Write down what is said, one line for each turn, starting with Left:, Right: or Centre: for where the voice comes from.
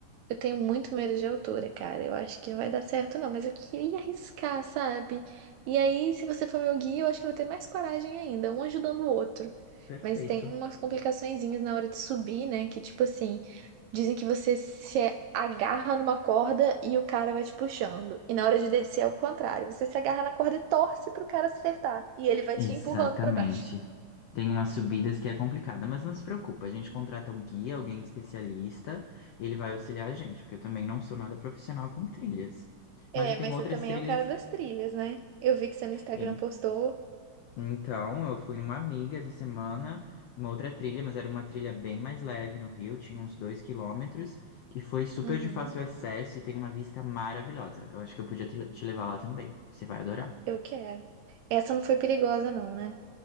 Right: Eu tenho muito medo de altura, cara. Eu acho que não vai dar certo, não. Mas eu queria arriscar, sabe? E aí, se você for meu guia, eu acho que eu vou ter mais coragem ainda, um ajudando o outro.
Left: Perfeito.
Right: Mas tem umas complicaçõezinhas na hora de subir, né? Que, tipo assim, dizem que você se agarra numa corda e o cara vai te puxando. E na hora de descer é o contrário. Você se agarra na corda e torce pro cara acertar. E ele vai
Left: Exatamente.
Right: te empurrando pra baixo.
Left: Tem umas subidas que é complicada, mas não se preocupa, a gente contrata um guia, alguém especialista, e ele vai auxiliar a gente, porque eu também não sou nada profissional com trilhas.
Right: É,
Left: Mas e tem
Right: mas
Left: outras
Right: você também
Left: trilhas.
Right: é o cara das trilhas, né? Eu vi que você no Instagram
Left: em-
Right: postou.
Left: Então, eu fui numa amiga essa semana, uma outra trilha, mas era uma trilha bem mais leve no Rio, tinha uns dois quilômetros, e foi super
Right: Uhum.
Left: de fácil acesso e tem uma vista maravilhosa. Eu acho que eu podia te te levar lá também, você vai adorar.
Right: Eu quero. Essa não foi perigosa, não, né?